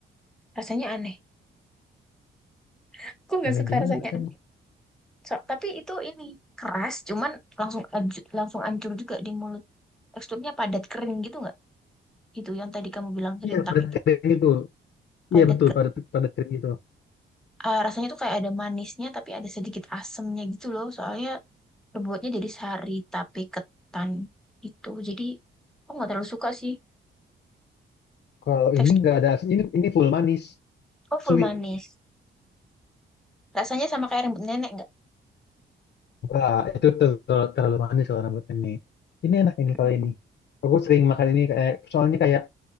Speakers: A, in the centre; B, on the left (about 55°).
A: rasanya aneh aku nggak
B: Aneh
A: suka
B: gimana
A: rasanya
B: rasanya?
A: aneh So- tapi itu ini keras cuman langsung anju- langsung hancur juga di mulut teksturnya padat kering gitu nggak itu yang tadi kamu bilang serintak
B: Iya padat
A: itu
B: kering itu. Iya
A: padat
B: betul
A: ke-
B: padat padat kering itu.
A: ah, rasanya tuh kayak ada manisnya tapi ada sedikit asemnya gitu loh soalnya Terbuatnya dari sari tapi ketan itu. Jadi aku nggak terlalu suka sih.
B: Kalau
A: tekstur,
B: ini nggak ada asin. Ini ini full manis,
A: oh, full
B: sweet.
A: manis. Rasanya sama kayak rambut nenek nggak?
B: Wah, itu ter- terlalu manis kalau rambut ini. Ini enak ini kalau
A: Mm.
B: ini. Aku sering makan ini kayak soalnya kayak